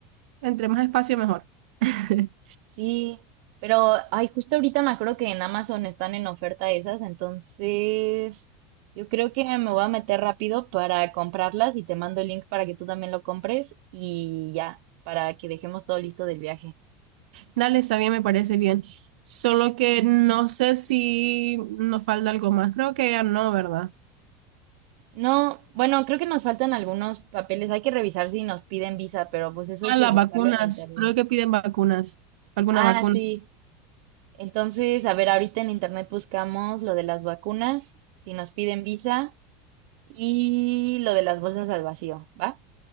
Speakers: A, on the right; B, on the right.
A: entre más espacio, mejor. <laughs>
B: Sí, pero ay, justo ahorita me acuerdo que en Amazon están en oferta esas, entonces yo creo que me voy a meter rápido para comprarlas y te mando el link para que tú también lo compres y ya, para que dejemos todo listo del viaje.
A: Dale, está bien, me parece bien. Solo que no sé si nos falta algo más. Creo que ya no, ¿verdad?
B: No, bueno, creo que nos faltan algunos papeles, hay que revisar si nos piden visa, pero pues eso
A: Ah,
B: hay que
A: las
B: buscarlo
A: vacunas.
B: en internet.
A: Creo que piden vacunas. Alguna
B: Ah,
A: vacuna.
B: sí. Entonces, a ver, ahorita en internet buscamos lo de las vacunas, si nos piden visa y lo de las bolsas al vacío, ¿va?